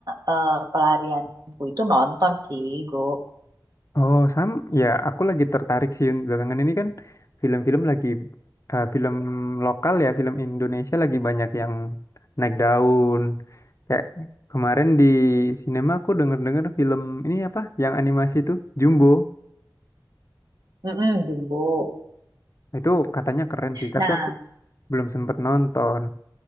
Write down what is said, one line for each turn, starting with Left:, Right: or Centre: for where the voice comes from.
Right: eh, pelarianku itu nonton sih, Go.
Left: Oh, Sam, ya aku lagi tertarik sih belakangan ini kan film-film lagi eh, film lokal ya, film Indonesia lagi banyak yang naik daun. Kayak kemarin di sinema aku denger-denger film ini apa yang animasi itu Jumbo.
Right: Mm-mm, Jumbo.
Left: Itu katanya keren sih, tapi
Right: Nah,
Left: aku belum sempet nonton.